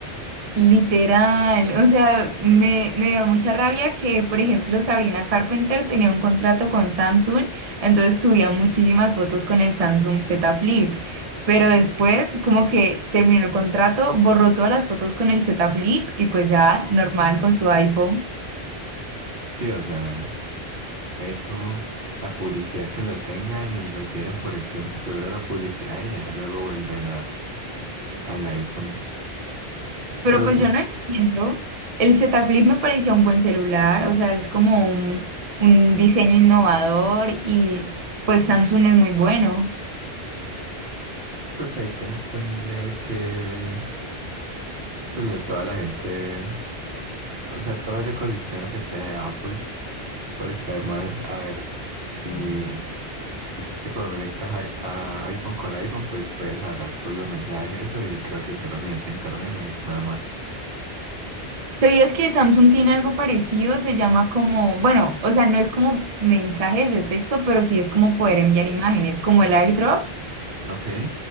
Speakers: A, on the right; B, on the right.
A: Literal, o sea, me, me dio mucha rabia que, por ejemplo, Sabrina Carpenter tenía un contrato con Samsung, entonces subía muchísimas fotos con el Samsung Z Flip, pero después como que terminó el contrato, borró todas las fotos con el Z Flip y pues ya normal con su iPhone.
B: Sí, o sea, eso la publicidad que lo tengan y lo tienen por el tiempo que dura la publicidad y ya luego vuelven a, al iPhone.
A: Pero
B: Pero lo
A: pues
B: que
A: yo no entiendo. El Z Flip me parecía un buen celular, o sea, es como un, un diseño innovador y pues Samsung es muy bueno.
B: pues hay que entender que pues, la- toda la gente, o sea, todo el ecosistema que trae Apple, porque además, a ver, si, si tú te conectas a, a iPhone con iPhone, pues puedes hablar por los mensajes, eso, y creo que solo necesita internet, no necesita nada más.
A: ¿Sabías que Samsung tiene algo parecido? Se llama como, bueno, o sea, no es como mensajes de texto, pero sí es como poder enviar imágenes, como el AirDrop,
B: Ok.